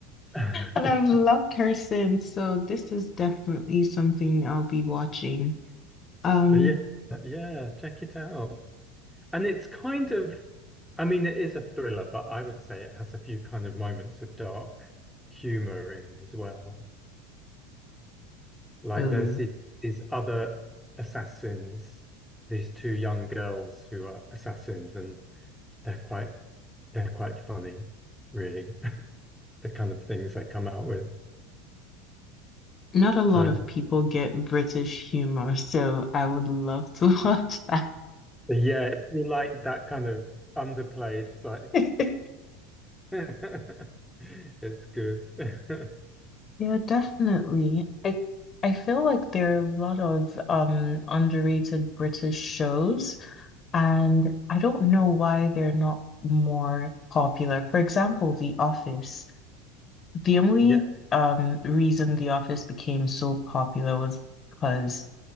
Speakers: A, in the centre; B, on the left (about 30°).
A: <laughs>
B: And I've loved her since, so this is definitely something I'll be watching. Um,
A: Yeah, yeah, check it out. And it's kind of, I mean, it is a thriller, but I would say it has a few kind of moments of dark humor in as well. Like
B: uh,
A: there's these, other assassins, these two young girls who are assassins, and they're quite they're quite funny, really, <laughs> the kind of things they come out with.
B: not a lot
A: So
B: of people get British humor, so I would love to <laughs> watch that.
A: yeah, if you like that kind of underplayed, slightly,
B: <laughs>
A: <laughs> it's good. <laughs>
B: Yeah, definitely. I I feel like there are a lot of um underrated British shows. And I don't know why they're not more popular. For example, The Office. The only
A: Yeah,
B: um, reason The Office became so popular was because